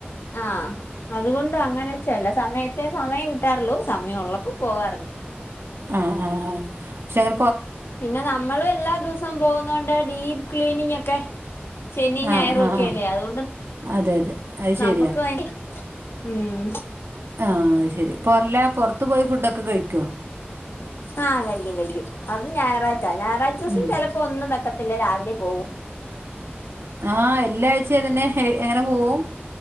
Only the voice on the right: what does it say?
അഹ് ആഹ് ചെല
ആ
ആ
ആ
അതെ അതെ അത് ശരിയാ
ആഹ് അയ്ശരി. പൊർല്ല പൊർത്തു പോയി ഫുഡൊക്കെ കഴിക്കോ?
ഉം
ആഹ് എല്ലാഴ്ചതന്നെ എങ്ങനെ പോകും.